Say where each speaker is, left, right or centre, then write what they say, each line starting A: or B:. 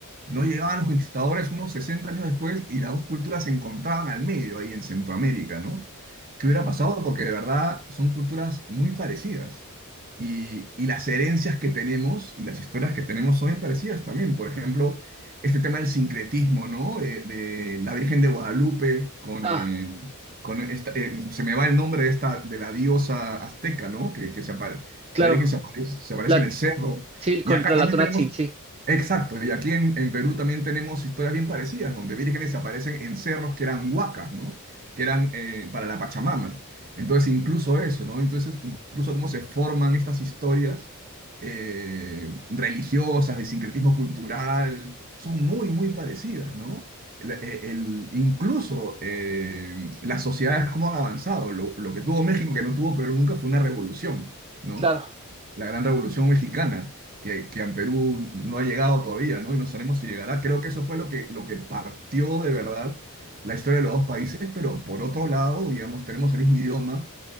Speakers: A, on the right; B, on the right.
A: no llegaban los conquistadores unos 60 años después y las dos culturas se encontraban al medio ahí en Centroamérica, ¿no? ¿Qué hubiera pasado? Porque de verdad son culturas muy parecidas y, y las herencias que tenemos y las historias que tenemos son bien parecidas también. Por ejemplo, este tema del sincretismo, ¿no? De, de la Virgen de Guadalupe con...
B: Ah,
A: eh, con esta, eh, se me va el nombre de esta, de la diosa azteca, ¿no? Que, que se apare-
B: claro.
A: la Virgen se aparece, se aparece
B: La,
A: en el cerro.
B: sí,
A: Y
B: contra
A: acá
B: la
A: también
B: Tonatzin,
A: tenemos
B: sí,
A: Exacto, y aquí en, en Perú también tenemos historias bien parecidas, donde vírgenes aparecen en cerros que eran huacas, ¿no? Que eran eh, para la Pachamama. Entonces, incluso eso, ¿no? Entonces, incluso cómo se forman estas historias eh, religiosas, de sincretismo cultural, son muy, muy parecidas, ¿no? El- eh, el- incluso eh, las sociedades, cómo han avanzado. Lo, lo que tuvo México, que no tuvo Perú nunca, fue una revolución, ¿no?
B: claro.
A: la gran revolución mexicana, que, que en Perú no ha llegado todavía, ¿no? Y no sabemos si llegará. Creo que eso fue lo que, lo que partió de verdad la historia de los dos países, pero por otro lado, digamos, tenemos el mismo idioma,